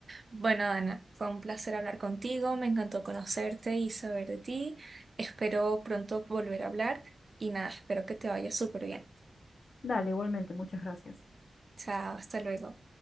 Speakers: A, on the right; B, on the left.
A: Bueno, Ana, fue un placer hablar contigo, me encantó conocerte y saber de ti, espero pronto volver a hablar y nada, espero que te vaya súper bien.
B: dale, igualmente, muchas gracias.
A: Chao, hasta luego.